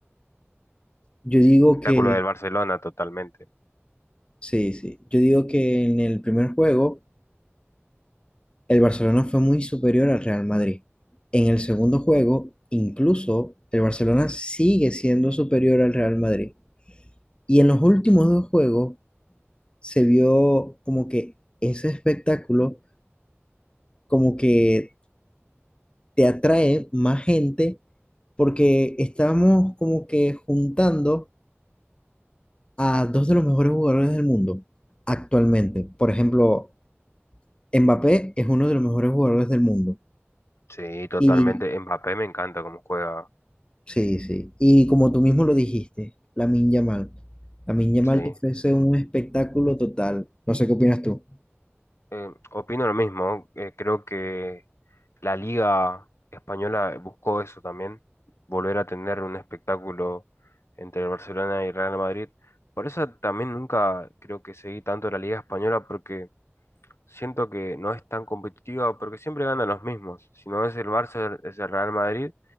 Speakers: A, on the left; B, on the left.
A: yo digo
B: Espectáculo
A: que,
B: del Barcelona, totalmente.
A: sí, sí, yo digo que en el primer juego el Barcelona fue muy superior al Real Madrid. En el segundo juego, incluso el Barcelona sigue siendo superior al Real Madrid. Y en los últimos dos juegos se vio como que ese espectáculo como que te atrae más gente porque estamos como que juntando a dos de los mejores jugadores del mundo actualmente. Por ejemplo, Mbappé es uno de los mejores jugadores del mundo.
B: Sí, totalmente.
A: Y
B: Mbappé me encanta cómo juega,
A: sí, sí. Y como tú mismo lo dijiste, Lamine Yamal. Lamine Yamal
B: sí.
A: te ofrece un espectáculo total. No sé qué opinas tú.
B: Eh, opino lo mismo, eh, creo que La Liga Española buscó eso también, volver a tener un espectáculo entre el Barcelona y Real Madrid. Por eso también nunca creo que seguí tanto la Liga Española porque siento que no es tan competitiva porque siempre ganan los mismos. Si no es el Barça, es el Real Madrid